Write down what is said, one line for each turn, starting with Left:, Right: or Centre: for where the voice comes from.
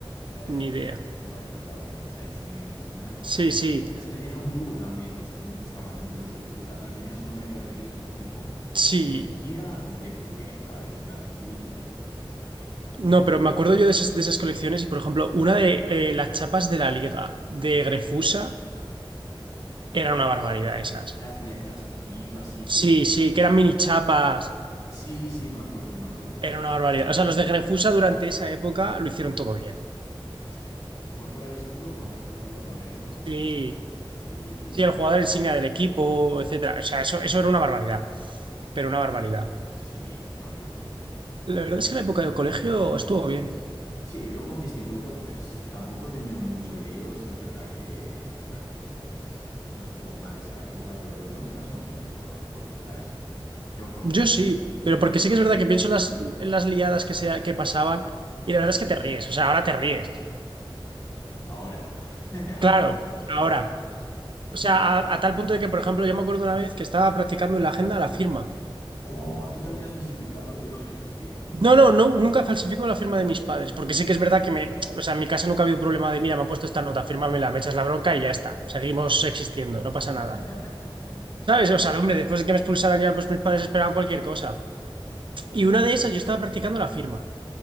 Left: Eh,
Right: Ni idea.
Left: bueno, la que I'm sexy. na, na, na.
Right: Sí, sí,
Left: Pues ellos- era un dúo también, pues también estaban dentro de los Grefusa, pero tenían su nombre característico, tipo
Right: sí.
Left: Shakira Grefuqué, ¿sabes? En plan Shakira y Piqué, cosas así, qué locura.
Right: No, pero me acuerdo yo de esas, de esas colecciones y, por ejemplo, una de eh, las chapas de la Liga de Grefusa era una barbaridad esas.
Left: Las de plastiquito, así
Right: Sí,
Left: que...
Right: sí, que eran mini chapas.
Left: Sí, sí, me acuerdo, me acuerdo. Que
Right: Era
Left: por
Right: una barbaridad.
Left: fuera estaba
Right: O sea,
Left: el escudo.
Right: los de Grefusa durante esa época lo hicieron todo bien.
Left: Sí. Por fuera el escudo, por dentro el jugador era, ¿no?
Right: Sí,
Left: Si no me equivoco. Sí, tío.
Right: sí, el jugador insignia del equipo, etcétera. O sea, eso, eso era una barbaridad, pero una barbaridad.
Left: Sí, me acuerdo.
Right: La verdad es que la época del colegio estuvo bien.
Left: Sí, luego en mi instituto, pues tampoco he tenido mucho lío. Sí, es verdad que, bueno, pues no estuvo mal esa época, pero yo en mi caso no tengo muy buenos recuerdos de la ESO. Yo por
Right: Yo
Left: lo menos.
Right: sí, pero porque sí que es verdad que pienso en las, en las liadas que, se, que pasaban y la verdad es que te ríes, o sea, ahora te ríes.
Left: Ahora. <laughs> Ahora.
Right: Claro, ahora. O sea, a, a tal punto de que, por ejemplo, yo me acuerdo una vez que estaba practicando en la agenda la firma.
Left: Oh, tú también has falsificado. Yo lo he hecho, tío.
Right: No, no, no, nunca falsifico la firma de mis padres, porque sí que es verdad que me, o sea, en mi casa nunca había un problema de, mira, me han puesto esta nota, fírmamela, me echas la bronca y ya está, seguimos existiendo, no pasa
Left: <laughs>
Right: nada. ¿Sabes? O sea, hombre, después de que me expulsaran ya, pues mis padres esperaban cualquier cosa.
Left: Joder.
Right: Y una de esas, yo estaba practicando la firma